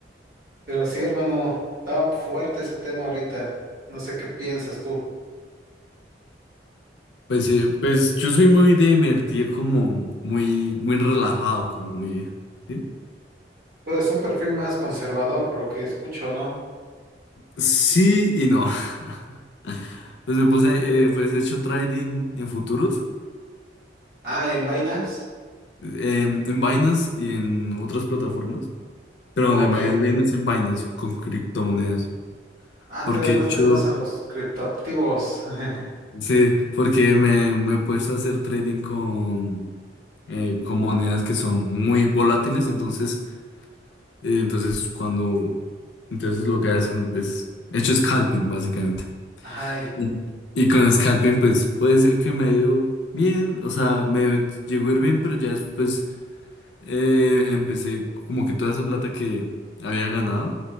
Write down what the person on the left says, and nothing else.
Pues, eh, pues yo soy muy de invertir como muy, muy relajado, como muy... Sí,
sí y no. <laughs> Pues me puse, eh, pues he hecho trading en futuros,
en, en Binance y en otras plataformas, pero
donde me ha ido bien es en Binance con criptomonedas,
porque
he
hecho,
sí, porque me, me he puesto a hacer trading con, eh, con monedas que son muy volátiles, entonces Eh, entonces, cuando, entonces lo que hacen, pues, hecho scalping, básicamente.
Y, y con scalping, pues, puede decir que me dio bien, o sea, me llegó a ir bien, pero ya después eh, empecé como que toda esa plata que había ganado,